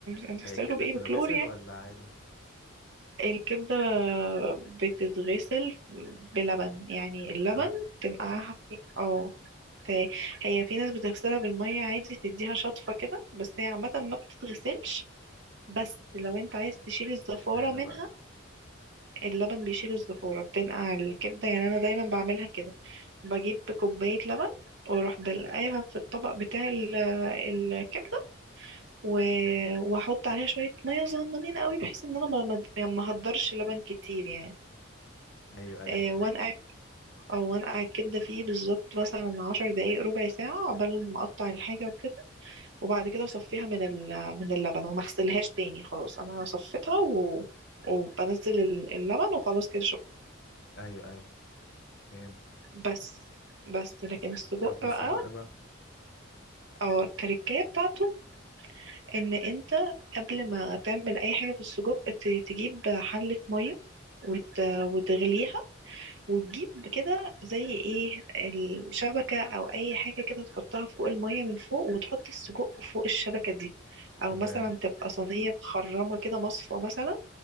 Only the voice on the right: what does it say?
هتغسله
بايه
بكلور يعني
الكبده بتتغسل بلبن يعني اللبن
تنقعها في اه ت- هي في ناس بتغسلها بالميه عادي تديها شطفه كده بس هي عامه ما بتتغسلش بس لو انت عايز تشيل الزفاره
منها
اللبن بيشيل الزفورة بتنقع الكبدة يعني أنا دايما بعملها كده بجيب كوباية لبن واروح دلقاها في الطبق بتاع ال- آه، الكبدة و- واحط عليها شوية مية صغننين قوي بحيث ان انا ما ما- يعني ما اهدرش لبن كتير يعني
آه،
وانقع او وانقع الكبدة فيه بالظبط مثلا عشر دقايق ربع ساعة عقبال ما اقطع الحاجة وكده وبعد كده اصفيها من ال- من اللبن وما اغسلهاش تاني خلاص انا صفيتها و... وبنزل ال- اللبن وخلاص كده
بس بس لكن السجق
بقى اه
أو التركية بتاعته ان انت قبل ما تعمل اي حاجة في السجق ت- تجيب حلة مية وت... وتغليها وتجيب كده زي ايه الشبكة او اي حاجة كده تحطها فوق المية من فوق وتحط السجق فوق الشبكة دي او
مثلا تبقى صينية مخرمة كده مصفى مثلا